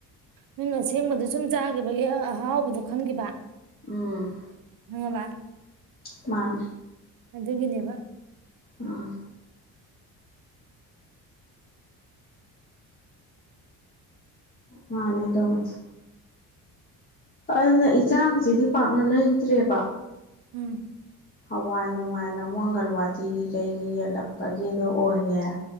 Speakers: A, on the right; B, on the left.
A: ꯅꯣꯏꯅ ꯑꯁꯦꯡꯕꯗꯤ ꯁꯨꯝ ꯆꯥꯈꯤꯕꯒꯤ ꯑꯍꯥꯎꯕꯗꯣ ꯈꯪꯈꯤꯕ
B: ꯎꯝ
A: ꯈꯪꯉꯕ
B: ꯎ ꯃꯥꯥꯟ
A: ꯑꯗꯨꯒꯤꯅꯦꯕ
B: ꯑ ꯃꯥꯅꯦ ꯑꯗꯣꯕꯨꯗꯤ ꯑꯗꯨꯅ ꯏꯟꯁꯥꯡꯁꯤꯗꯤ ꯄꯥꯛꯅ ꯂꯩꯇ꯭ꯔꯦꯕ
A: ꯎꯝ
B: ꯍꯋꯥꯏ ꯅꯨꯡꯉꯥꯏꯅꯨ ꯃꯪꯒꯜꯋꯥꯗꯤꯒꯤ ꯀꯩꯒꯤ ꯌꯦꯜꯂꯛꯄꯒꯤꯗꯣ ꯑꯣꯏꯔꯦ